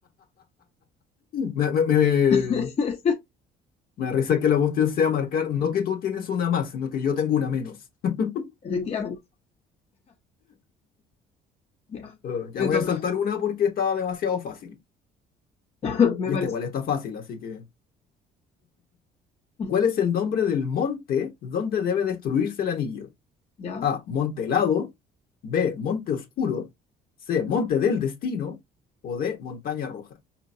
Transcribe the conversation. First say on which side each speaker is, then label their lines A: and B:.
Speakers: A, on the left; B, on the left.
A: Me, me, me,
B: <laughs>
A: me da risa que la cuestión sea marcar, no que tú tienes una más, sino que yo tengo una menos. <laughs>
B: Efectivamente. Ya,
A: Eh, Ya
B: te
A: voy
B: toca,
A: a saltar una porque estaba demasiado fácil.
B: <laughs> me
A: Y
B: parece.
A: esta igual está fácil, así que.
B: <laughs>
A: ¿Cuál es el nombre del monte donde debe destruirse el anillo?
B: Ya.
A: A. Monte helado. B. Monte oscuro. C. Monte del destino. O D. Montaña roja.